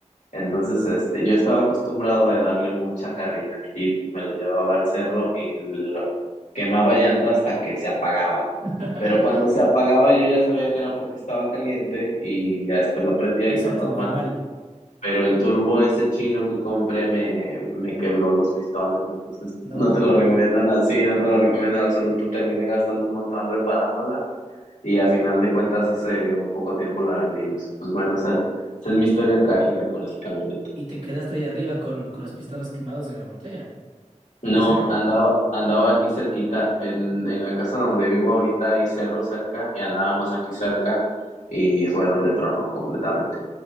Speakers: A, on the left; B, on the right.
A: entonces, este, yo estaba acostumbrado a darle mucha carrilla a mi Jeep, me lo llevaba al cerro y lo quemaba llanta hasta que se apagaba.
B: <laughs>
A: Pero cuando se apagaba yo ya sabía que era porque estaba caliente y ya después lo prendía
B: Exacto,
A: y todo normal.
B: normal.
A: Pero el turbo ese chino que compré me, me quebró los pistones, entonces
B: No.
A: no te lo recomiendo nada, sí, no te lo recomiendo en absoluto. Terminé gastando un montón reparándola y a final de cuentas hace un poco tiempo la vendimos. Pues bueno, esa, esa es mi historia trágica con esa camioneta.
B: Y te quedaste ahí arriba con, con los pistones quemados en la montaña,
A: No,
B: en el cerro.
A: andaba, andaba aquí cerquita, en, en la casa donde vivo ahorita hay cerro cerca y andábamos aquí cerca y fue donde tronó completamente.